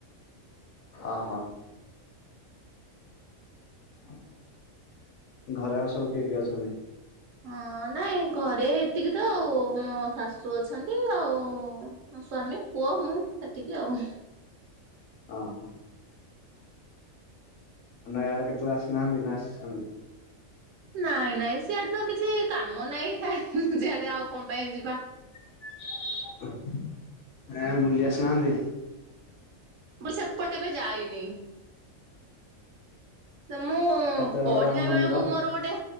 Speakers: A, on the left; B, on the right.
A: ଅହ। ଅହ ଘରେ ଆଉ ସବୁ କିଏ କିଏ ଅଛନ୍ତି?
B: ଅଁ ନାଇଁ ଘରେ ଏତିକି ତ ଆଉ ମୋ ଶାଶୁ ଅଛନ୍ତି ଆଉ ମ ସ୍ଵାମୀ, ପୁଅ, ମୁଁ ଏତିକି ଆଉ।
A: ଅହ। ଆ ନୟାଗଡ଼ କେତେବେଳେ ଆସିନାହାନ୍ତି ନା ଆସିଛନ୍ତି?
B: ନାଇଁ ନାଇଁ ସିଆଡେ ତ କିଛି କାମ ନାଇଁ ଥାଏ ସିଆଡେ ଆଉ କଣ ପାଇଁ ଯିବା।
A: <inaudible> ନାଇଁ ଆଉ ବୁଲି ଆସିନାହାନ୍ତି।
B: ମୁଁ ସେପ <unintelligible> ଜେବେ ଯାଇନି। ତ ମୁଁ
A: ଫତେଗଡ
B: ପଢିଲା
A: ରାମ ମନ୍ଦିର
B: ବେଳକୁ ମୋର ଗୋଟେ